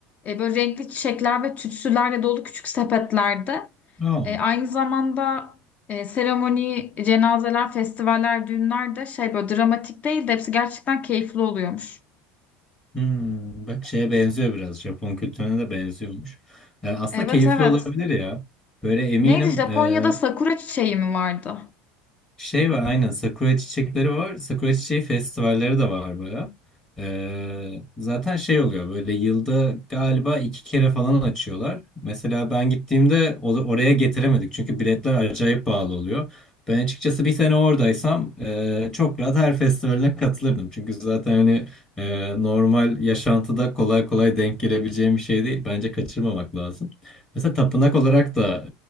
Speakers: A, on the left (about 35°); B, on the left (about 15°).
A: e, böyle renkli çiçekler ve tütsülerle dolu küçük sepetlerde.
B: Aa.
A: E, aynı zamanda e, seremoni, cenazeler, festivaller, düğünler de şey böyle dramatik değil de hepsi gerçekten keyifli oluyormuş.
B: Hmm, bak şeye benziyor biraz. Japon kültürüne de benziyormuş. Yani aslında
A: Evet
B: keyifli
A: evet.
B: olabilir ya. Böyle eminim
A: Neydi Japonya'da
B: e,
A: sakura çiçeği mi vardı?
B: Şey var aynen sakura çiçekleri var. Sakura çiçeği festivalleri de var baya. Ee, zaten şey oluyor böyle yılda galiba iki kere falan açıyorlar. Mesela ben gittiğimde o- oraya getiremedik çünkü biletler acayip pahalı oluyor. Ben açıkçası bir sene oradaysam e, çok rahat her festivaline katılırdım. Çünkü zaten hani e, normal yaşantıda kolay kolay denk gelebileceğim bir şey değil. Bence kaçırmamak lazım. Mesela tapınak olarak da